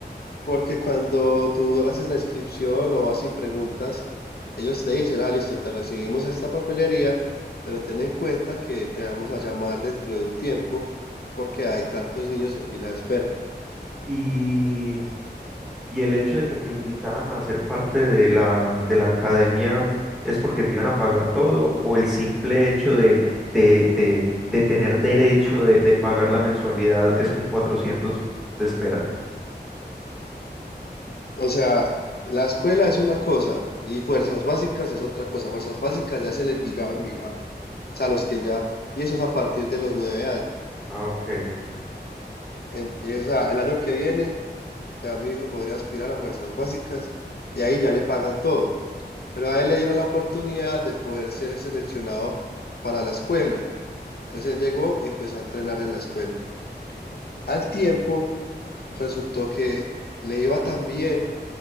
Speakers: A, on the left; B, in the centre.
A: Porque cuando tú haces la inscripción o vas y preguntas, ellos te dicen, ah, listo, te recibimos esta papelería, pero ten en cuenta que te vamos a llamar dentro de un tiempo porque hay tantos niños en fila de espera.
B: Y, y el hecho de que te invitaran a ser parte de la, de la academia es porque te iban a pagar todo o el simple hecho de, de, de, de tener derecho de, de pagar la mensualidad es con cuatrocientos de espera.
A: O sea, la escuela es una cosa y fuerzas básicas es otra cosa. Fuerzas básicas ya es el Envigado, Envigado. O sea, los que ya, y eso es a partir de los nueve años.
B: Ah, ok.
A: En- o sea, el año que viene ya mi hijo podría aspirar a fuerzas básicas y ahí ya le pagan todo. Pero a él le dieron la oportunidad de poder ser seleccionado para la escuela. Entonces él llegó y empezó a entrenar en la escuela. Al tiempo, resultó que le iba tan bien